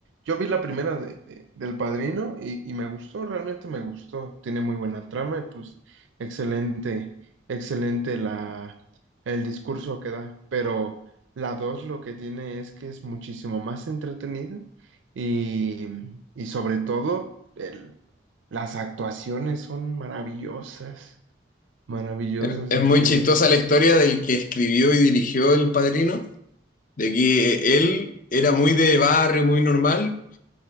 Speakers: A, on the right; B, on the left.
A: Yo vi la primera de, de- del Padrino y, y me gustó, realmente me gustó. Tiene muy buena trama y pues excelente, excelente la, el discurso que da. Pero la dos lo que tiene es que es muchísimo más entretenida y, y sobre todo el, Las actuaciones son maravillosas, maravillosas,
B: Es es
A: en
B: muy
A: serio.
B: chistosa la historia del que escribió y dirigió El Padrino, de que él era muy de barrio, muy normal,